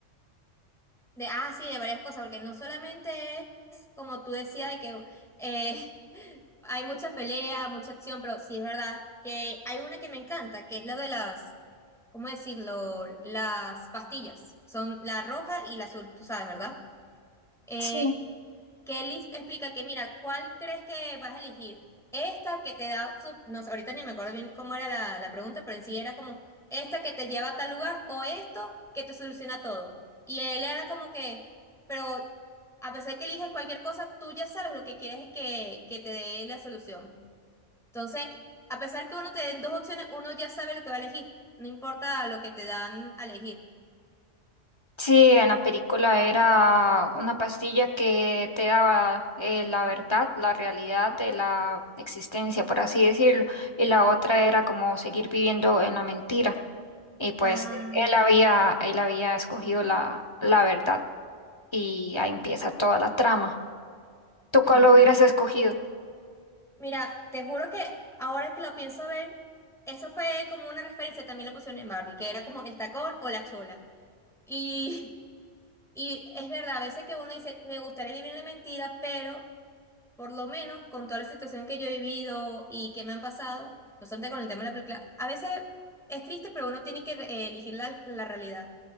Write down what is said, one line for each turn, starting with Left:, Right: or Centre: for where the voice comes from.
Centre: De, ah, sí, de varias cosas, porque no solamente es, como tú decías, de que eh, <laughs> hay muchas peleas, mucha acción, pero sí es verdad que hay una que me encanta, que es la de las, ¿cómo decirlo? Las pastillas. Son la roja y la azul, tú sabes, ¿verdad? Eh,
Left: Sí.
Centre: que él explica que, mira, ¿cuál crees que vas a elegir? Esta que te da, su- no sé, ahorita ni me acuerdo bien cómo era la, la pregunta, pero en sí era como, esta que te lleva a tal lugar o esto que te soluciona todo. Y él era como que, pero a pesar de que eliges cualquier cosa, tú ya sabes lo que quieres que, que te dé la solución. Entonces, a pesar que uno te den dos opciones, uno ya sabe lo que va a elegir, no importa lo que te dan a elegir.
Left: Sí, en la película era una pastilla que te daba eh, la verdad, la realidad de la existencia, por así decirlo, y la otra era como seguir viviendo en la mentira. Y pues
Centre: Ah,
Left: él había, él había escogido la, la verdad y ahí empieza toda la trama. ¿Tú cuál
Centre: ya.
Left: hubieras escogido?
Centre: Mira, te juro que ahora que lo pienso ver, eso fue como una referencia, también lo pusieron en Barbie, que era como el tacón o la chola. Y, <laughs> y es verdad, a veces que uno dice, me gustaría vivir en la mentira, pero por lo menos con toda la situación que yo he vivido y que me han pasado, no obstante con el tema de la película, a veces es triste, pero uno tiene que eh, elegir la, la realidad.